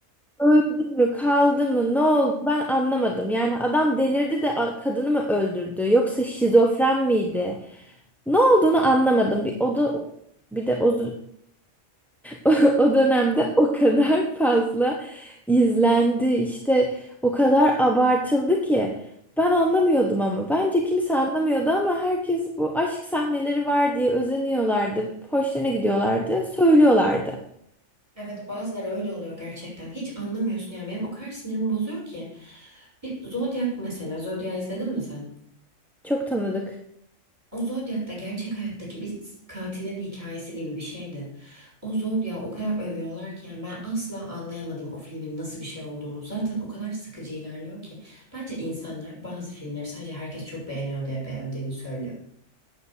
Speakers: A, in the centre; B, on the right.
A: Öldü mü, kaldı mı, ne oldu ben anlamadım. Yani adam delirdi de a- kadını mı öldürdü, yoksa şizofren miydi? Ne olduğunu anlamadım. Bir o da bir de o <laughs> O dönemde o kadar fazla izlendi, işte o kadar abartıldı ki ben anlamıyordum ama bence kimse anlamıyordu ama herkes bu aşk sahneleri var diye özeniyorlardı, hoşlarına gidiyorlardı, söylüyorlardı.
B: Evet bazıları öyle oluyor gerçekten. Hiç anlamıyorsun yani benim o kadar sinirimi bozuyor ki. Bir Zodiac mesela Zodiac izledin mi sen?
A: Çok tanıdık
B: O Zodiac da gerçek hayattaki bir katilin hikayesi gibi bir şeydi. O Zodiac'ı o kadar övüyorlar ki yani ben asla anlayamadım o filmin nasıl bir şey olduğunu. Zaten o kadar sıkıcı ilerliyor ki. Bence insanlar bazı filmleri sadece herkes çok beğeniyor diye beğendiğini söylüyor.